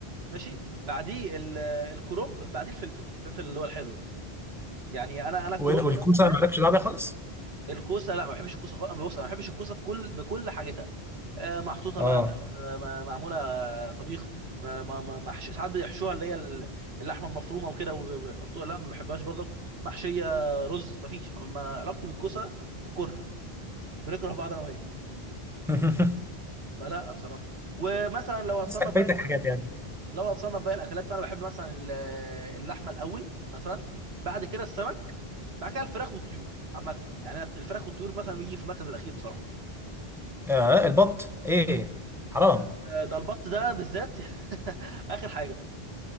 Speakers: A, on the right; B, in the centre.
A: ماشي بعديه ال- آه، الكرنب بعديه الفلفل الفلفل اللي هو الحلو ده يعني انا انا
B: وال-
A: كرنب
B: والكوسه
A: نوعا
B: مالكش دعوه بيها خالص
A: الكوسه لا ما بحبش الكوسه خالص أنا بص انا ما بحبش الكوسه في كل بكل حاجتها آه، محطوطه
B: اه
A: بقى م- م- معموله طبيخ ما ما ما محش... ساعات بيحشوها اللي هي ال- اللحمه المفرومه وكده وب- ويحطوها لا ما بحبهاش برضك محشيه رز ما فيش ما علاقتي بالكوسه كره بنكره بعض انا وهي
B: <laughs>
A: فلا بصراحه ومثلا لو هتصنف
B: بس
A: باقي
B: فايتك
A: الاكلات
B: حاجات يعني
A: لو هتصنف باقي الاكلات فانا بحب مثلا ال- اللحمه الاول مثلا بعد كده السمك بعد كده الفراخ والطيور عامه يعني الفراخ والطيور مثلا بيجي في المركز الاخير بصراحه
B: آه البط ايه حرام
A: آه، ده البط ده بالذات <laughs> اخر حاجه